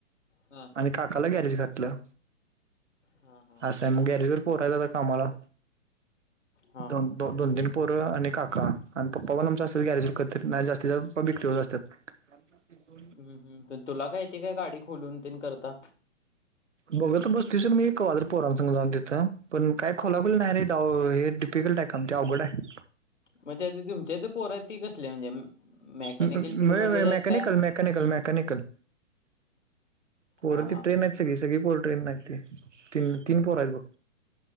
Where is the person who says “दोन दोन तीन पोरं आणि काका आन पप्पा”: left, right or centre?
Right